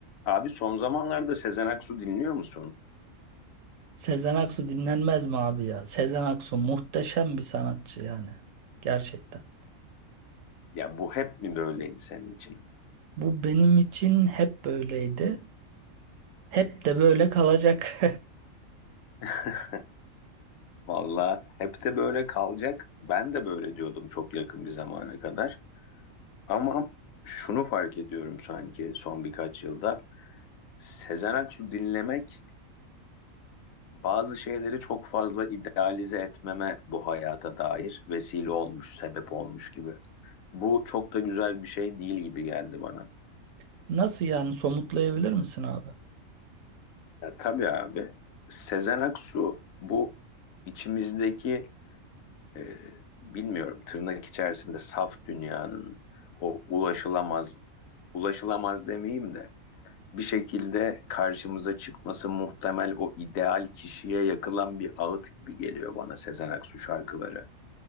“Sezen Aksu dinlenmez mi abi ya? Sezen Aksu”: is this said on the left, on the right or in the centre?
Right